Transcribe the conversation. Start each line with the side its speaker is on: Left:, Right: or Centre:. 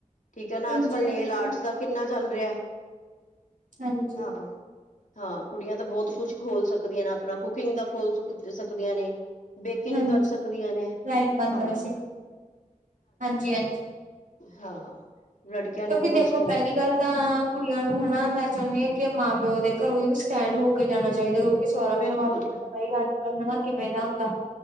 Left: ਠੀਕ ਹੈ ਨਾ
Right: ਹਾਂਜੀ
Left: ਅੱਜ ਕਲ੍ਹ ਨੇਲ ਆਰਟਸ
Right: ਹਾਂਜੀ
Left: ਦਾ ਕਿੰਨਾ ਚੱਲ ਰਿਹਾ।
Right: ਹਾਂਜੀ
Left: ਹਾਂ ਹਾਂ ਕੁੜੀਆਂ ਤਾਂ ਬਹੁਤ ਕੁਛ ਖੋਲ ਸਕਦੀਆਂ ਨੇ ਆਪਣਾ ਕੁਕਿੰਗ ਦਾ ਖੋਲ ਸੁਕ ਸਕਦੀਆਂ ਨੇ। ਬੇਕਿੰਗ
Right: ਹਾਂਜੀ
Left: ਕਰ ਸਕਦੀਆਂ ਨੇ
Right: ਲਾਈਟ ਬੰਦ
Left: ਹਾਂ।
Right: ਕਰਾ ਸੀ ਹਾਂਜੀ -ਹਾਂਜੀ
Left: ਹਾਂ ਲੜਕਿਆਂ ਲਈ
Right: ਕਿਉਂਕਿ
Left: ਬਹੁਤ
Right: ਦੇਖੋ
Left: ਸਕੋਪ
Right: ਪਹਿਲੀ
Left: ਹੈ
Right: ਗੱਲ ਤਾਂ ਕੁੜੀਆਂ ਨੂੰ ਹਨਾ ਮੈਂ ਚਾਹੁੰਣੀ ਕਿ ਮਾਂ ਪਿਓ ਦੇ ਘਰੋਂ ਵੀ ਸਟੈਂਡ ਹੋ ਕੇ ਜਾਣਾ ਚਾਹੀਦਾ। ਸੋਹਰਾ
Left: ਬਿਲਕੁਲ
Right: ਪਰਿਵਾਰ ਤੁਹਾਨੂੰ ਪਤਾ ਹੀ ਅੱਜ ਕੱਲ ਹੈ ਕਿਵੇਂ ਦਾ ਹੁੰਦਾ।